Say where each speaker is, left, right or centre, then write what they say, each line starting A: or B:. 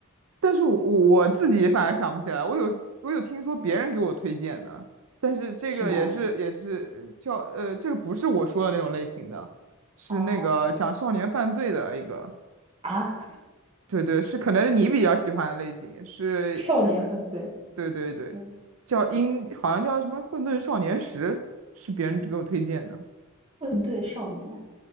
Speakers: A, on the right; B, on the right.
A: 但是我我自己反而想不起来。我有我有听说别人给我推荐的，但是这个也是也是叫呃，
B: 是吗？
A: 这个不是我说的那种类型的，是那个讲少年犯罪的一个，
B: 哦啊，
A: 对对，是可能是你比较喜欢的类型，是就是，
B: 少年犯罪，
A: 对对对，
B: 嗯，
A: 叫英好像叫什么《混沌少年时》，是别人给我推荐的。
B: 对少年，